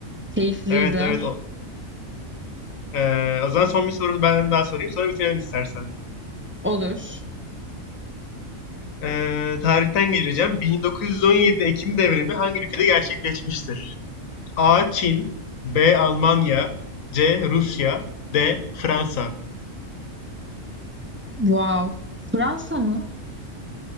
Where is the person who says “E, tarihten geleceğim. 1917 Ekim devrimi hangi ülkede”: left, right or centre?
Left